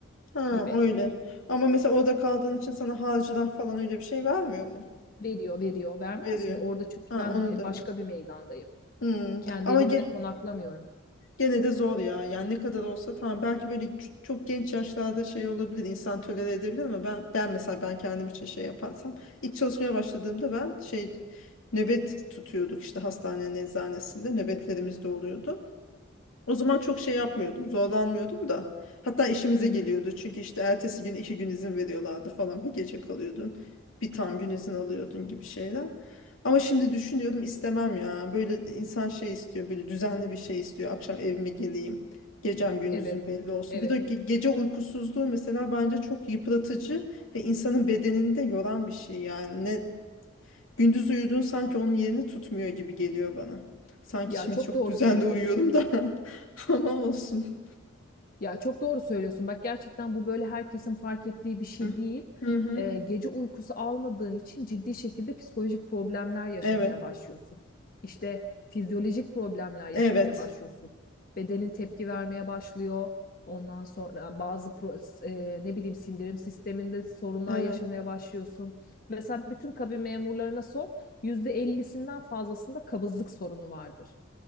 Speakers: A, on the left; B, on the left.
A: Ha
B: gibi.
A: öyle. Ama mesela orada kaldığın için sana harcırah falan öyle bir şey vermiyor mu?
B: Veriyor, veriyor. Vermez
A: Veriyor.
B: mi? Orada çünkü
A: Ha
B: ben
A: onu
B: e,
A: da.
B: başka bir meydandayım.
A: Hmm,
B: Kendi
A: Ama
B: evimde
A: ge-
B: konaklamıyorum.
A: gene de zor ya. Yani ne kadar olsa tamam belki böyle ç- çok genç yaşlarda şey olabilir, insan tolere edebilir ama ben ben mesela ben kendim için şey yaparsam ilk çalışmaya başladığımda ben şey nöbet tutuyorduk işte hastanenin eczanesinde nöbetlerimiz de oluyordu. O zaman çok şey yapmıyordum, zorlanmıyordum da. Hatta işimize
B: Hı hı.
A: geliyordu. Çünkü işte ertesi gün iki gün izin veriyorlardı falan. Bir gece kalıyordun, bir tam gün izin alıyordun gibi şeyler. Ama şimdi düşünüyorum istemem ya. Böyle de insan şey istiyor, böyle düzenli bir şey istiyor. Akşam evime geleyim, gecem gündüzüm
B: Evet.
A: belli olsun.
B: Evet.
A: Bir de ge- gece uykusuzluğu mesela bence çok yıpratıcı ve insanın bedenini de yoran bir şey yani. ne. Gündüz uyuduğun sanki onun yerini tutmuyor gibi geliyor bana. Sanki
B: Ya
A: şimdi
B: çok
A: çok
B: doğru
A: düzenli
B: söylüyorsun.
A: uyuyorum da <laughs> ama olsun.
B: Ya çok doğru söylüyorsun. Bak gerçekten bu böyle herkesin fark ettiği bir şey
A: Hı
B: değil.
A: hı. hı.
B: Ee, gece uykusu almadığın için ciddi şekilde psikolojik problemler yaşamaya
A: Evet.
B: başlıyorsun. İşte fizyolojik problemler yaşamaya
A: Evet.
B: başlıyorsun. Bedenin tepki vermeye başlıyor. Ondan sonra bazı pro- e, ne bileyim sindirim sisteminde sorunlar
A: Evet.
B: yaşamaya başlıyorsun. Mesela bütün kabin memurlarına sor, yüzde %50'sinden fazlasında kabızlık sorunu vardır.